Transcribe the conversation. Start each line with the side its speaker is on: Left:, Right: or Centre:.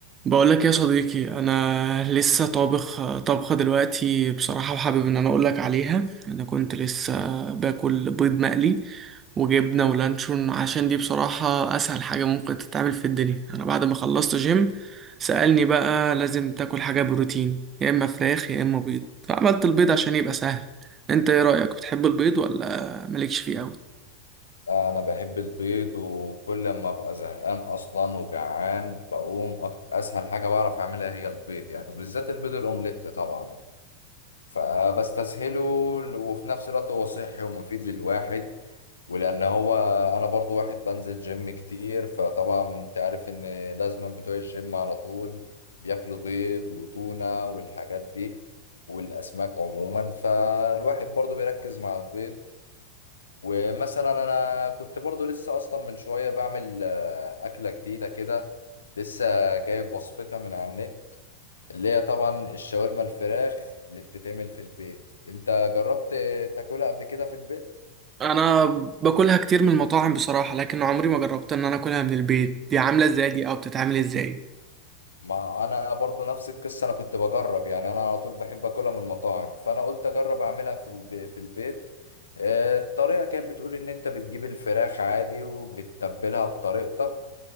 Right: بقول لك يا صديقي انا لسه طابخ طبخه دلوقتي بصراحه وحابب ان انا اقول لك عليها انا كنت لسه باكل بيض مقلي وجبنه ولانشون عشان دي بصراحه اسهل حاجه ممكن تتعمل في الدنيا انا بعد ما خلصت جيم سألني بقى لازم تاكل حاجه بروتين يا اما فراخ يا اما بيض فعملت البيض عشان يبقى سهل انت ايه رأيك بتحب البيض ولا مالكش فيه قوي
Left: انا بحب البيض وكل ما ابقى زهقان اصلا وجعان بقوم أكت... اسهل حاجه بعرف اعملها هي البيض يعني وبالذات البيض الاومليت طبعا فبستسهله وفي نفس الوقت هو صحي ومفيد للواحد ولان هو انا برضو واحد بنزل جيم كتير فطبعا انت عارف ان لازم بتوع الجيم على طول بياكلوا بيض وتونه والحاجات دي والاسماك عموما فالواحد برضو بيركز مع البيض ومثلا انا كنت برضو لسه اصلا من شويه بعمل آه، اكله جديده كده لسه جايب وصفتها من على النت اللي هي طبعا الشاورما الفراخ اللي بتتعمل في البيت انت جربت تاكلها قبل كده في البيت
Right: انا باكلها كتير من المطاعم بصراحه لكن عمري ما جربت ان انا اكلها من البيت دي عامله ازاي دي او بتتعمل ازاي
Left: ما انا برضو نفس القصه انا كنت بجرب يعني انا على طول بحب اكلها من المطاعم فانا قلت اجرب اعملها في الب- في البيت آه، الطريقه كانت بتقول ان انت بتجيب الفراخ عادي وبتتبلها بطريقتك